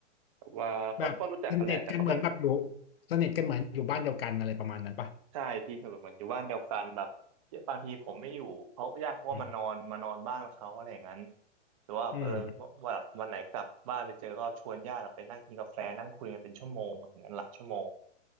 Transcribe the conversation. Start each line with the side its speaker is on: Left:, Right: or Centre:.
Right: แบบว่าก็ก็รู้จักกันแหละแต่ก็ไม่
Left: แบบสนิทกันเหมือนแบบอยู่สนิทกันเหมือนอยู่บ้านเดียวกันอะไรประมาณนั้นป่ะ
Right: ใช่พี่เหมือนเหมือนอยู่บ้านเดียวกันแบบบางทีผมไม่อยู่เพราะญาติเขาก็มานอนมานอนบ้านเขาอะไรอย่างนั้น
Left: อืม
Right: หรือว่าเออวันวันไหนกลับบ้านไปเจอก็ชวนญาติไปนั่งกินกาแฟนั่งคุยกันเป็นชั่วโมงอย่างนั้นหลายชั่วโมง
Left: อืม